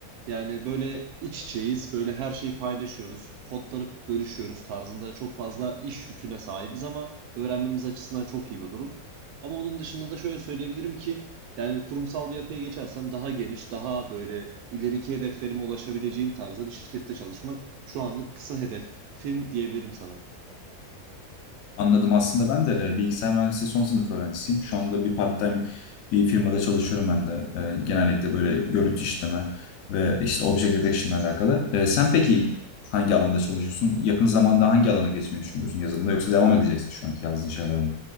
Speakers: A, on the right (about 75°); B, on the left (about 70°).
A: Yani böyle iç içeyiz, böyle her şeyi paylaşıyoruz, kodları bölüşüyoruz tarzında çok fazla iş yüküne sahibiz ama öğrenmemiz açısından çok iyi bir durum. Ama onun dışında da şöyle söyleyebilirim ki yani kurumsal bir yapıya geçersem daha geniş, daha böyle ileriki hedeflerime ulaşabileceğim tarzda bir şirkette çalışmak şu anlık kısa hedefim diyebilirim sana.
B: Anladım. Aslında ben de e, bilgisayar mühendisliği son sınıf öğrencisiyim. Şu anda bir part-time bir firmada çalışıyorum ben de. E, genellikle böyle görüntü işleme ve işte object detection ile alakalı. E, sen peki hangi alanda çalışıyorsun? Yakın zamanda hangi alana geçmeyi düşünüyorsun yazılımda? Yoksa devam edeceksin şu anki yazdığın şeylerden?